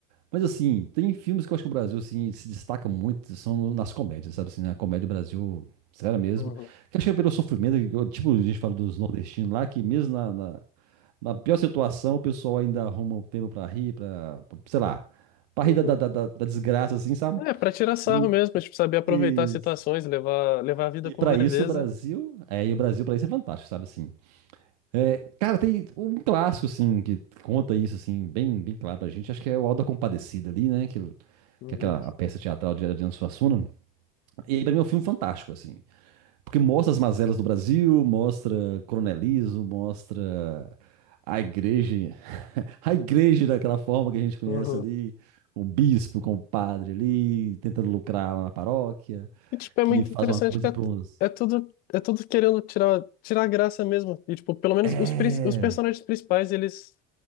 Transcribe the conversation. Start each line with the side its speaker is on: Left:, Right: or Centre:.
Right: Mas assim, tem filmes que eu acho que o Brasil assim se destaca muito, são nas comédias, sabe assim, na comédia do Brasil, sério mesmo.
Left: uhum,
Right: Que eu acho que é pelo sofrimento, que eu- tipo, a gente fala dos nordestinos lá, que mesmo na, na, na pior situação, o pessoal ainda arruma um tempo pra rir, pra, pra- sei lá, pra
Left: uhum.
Right: rir da, da, da, da da desgraça assim, sabe?
Left: É, pra tirar sarro
Right: E,
Left: mesmo, tipo, saber aproveitar
Right: isso.
Left: as situações, levar, levar a vida
Right: E
Left: com
Right: pra
Left: leveza.
Right: isso o Brasil, é, e o Brasil pra isso é fantástico, sabe assim. É, cara, tem um clássico assim que conta isso assim, bem, bem claro pra gente, acho que é o Auto da Compadecida ali, né, que
Left: Uhum,
Right: que é aquela a peça teatral de Adriano Suassuna. E aí pra mim é um filme fantástico assim, porque mostra as mazelas do Brasil, mostra coronelismo, mostra a igreja, <laughs> a igreja daquela forma que a gente conhece
Left: uhum.
Right: ali, com o bispo, com o padre ali, tentando lucrar lá na paróquia,
Left: E, tipo, é
Right: que
Left: muito
Right: faz
Left: interessante
Right: uma coisa
Left: que é,
Right: para uns.
Left: é tudo é tudo querendo tirar tirar graça mesmo. E tipo, pelo menos
Right: É.
Left: os prin- os personagens principais, eles